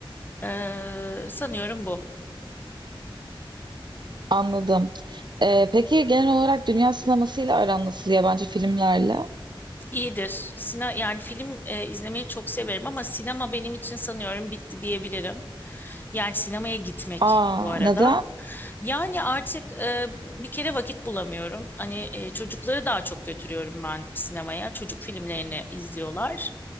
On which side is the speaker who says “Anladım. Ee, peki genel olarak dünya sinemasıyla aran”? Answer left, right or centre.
Right